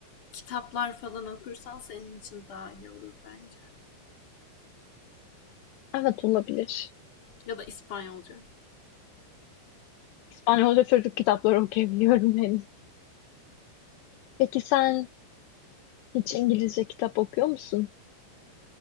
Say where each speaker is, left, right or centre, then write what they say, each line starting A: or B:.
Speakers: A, on the left (about 45°); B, on the left (about 75°).
A: kitaplar falan okursan senin için daha iyi olur bence.
B: Evet olabilir.
A: Ya da İspanyolca.
B: İspanyolca çocuk kitapları okuyabiliyorum henüz. Peki sen Hiç İngilizce kitap okuyor musun?